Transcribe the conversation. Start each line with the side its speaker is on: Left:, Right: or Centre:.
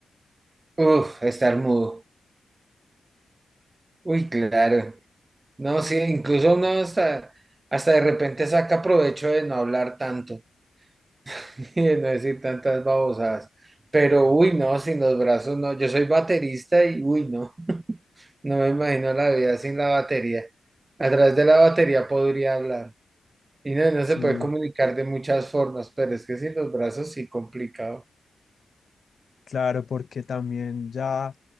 Right: Uf, estar mudo. Uy, claro. No, sí, incluso uno hasta, hasta de repente saca provecho de no hablar tanto. <laughs> no decir tantas babosadas. Pero uy, no, sin los brazos no. Yo soy baterista y uy, no. No me imagino la vida sin la batería. A través de la batería podría hablar. Y no, no
Left: Sí.
Right: se puede comunicar de muchas formas, pero es que sin los brazos sí complicado.
Left: Claro, porque también ya